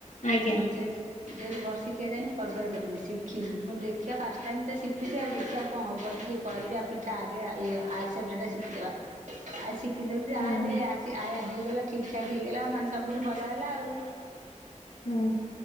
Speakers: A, on the left; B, on the right.
A: ଆଜ୍ଞା
B: ତାମାନେ ଯେ ଯେହେତୁ ବର୍ଷିକିଆ ଯାଇନି ପର୍ବରେ କରିହୁଏନି ଶିଖିବି ମୁଁ ଦେଖିବା ଫାଷ୍ଟ ଟାଇମ ତ ଶିଖୁଚି ଆଉ ଦେଖିବାକୁ କଣ ହବ ଟିକେ କରିବା ପିଠା ଆଗେ ଇଏ ଆରିସା ପିଠା ଟା ଶିଖିଦବା ଆ ଶିଖିଦେବୁ ଯାହାହଲେ
A: ହଁ
B: ଆ ଆ ହେଇଗଲା ଠିକ ଠାକ ହେଇଗଲା ଆଉ ମାନେ ସବୁଠୁ ଭଲ ହେଲା ଆଉ।
A: ହୁଁ।